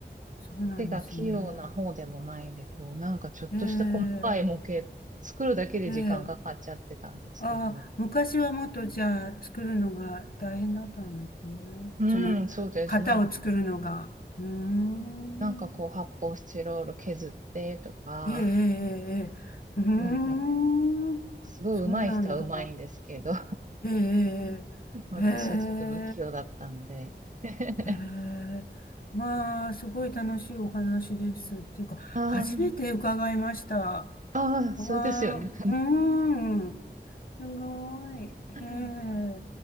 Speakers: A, on the left; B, on the right.
A: そうなんですね。
B: 手が器用な方でもないんで、こう、なんかちょっとした細かい模型作るだけで時間がかかっちゃってたんですけど、
A: ええ、ええ。ああ、昔はもっとじゃあ作るのが大変だったんですね。
B: うん、
A: その型を作るのが。
B: そうです。なんか、
A: うーん。
B: なんかこう、発泡スチロール削ってとか、
A: ええ、ええ、ええ、うーん、
B: なんか、すごい上手い人は上手いんですけど、
A: そうなんだ。ええ、
B: 私はちょっと不器用だったんで。
A: ええ、へえ、
B: <laughs>
A: へえ、まあ、すごい楽しいお話ですっていうか、
B: ああ、
A: 初めて伺いました。わ
B: ああ、そうですよね。
A: あ、うーん、すごい。
B: うん
A: へ